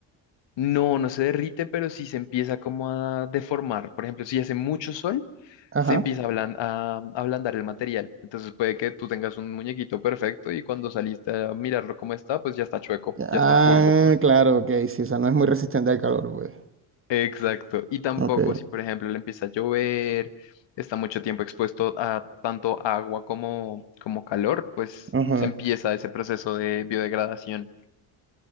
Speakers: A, on the left (about 60°); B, on the right (about 25°).
A: No, no se derrite, pero sí se empieza como a deformar. Por ejemplo, si hace mucho sol,
B: Ajá.
A: se empieza a, ablan- a a ablandar el material. Entonces puede que tú tengas un muñequito perfecto y cuando saliste a mirarlo como está, pues ya está chueco,
B: Ah,
A: ya está curvo.
B: claro, ok, sí, o sea, no es muy resistente al calor, pues.
A: Exacto. Y tampoco
B: Ok.
A: si, por ejemplo, le empieza a llover, está mucho tiempo expuesto a tanto agua como, como calor, pues
B: Ajá.
A: se empieza ese proceso de biodegradación.